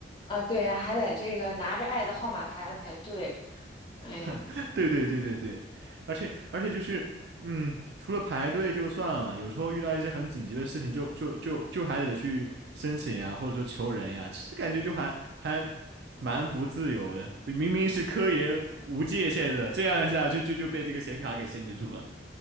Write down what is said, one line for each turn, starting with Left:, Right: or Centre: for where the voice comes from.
Left: 啊，对呀，还得这个拿着爱的号码牌来排队。哎呀，
Right: <laughs> 对对对对对，而且而且就是，嗯，除了排队就算了，有时候遇到一些很紧急的事情就，就就就还得去申请呀，或者说求人呀，其实感觉就还还蛮不自由的。明明是科研无界限的，这样一下就就就被这个显卡给限制住了。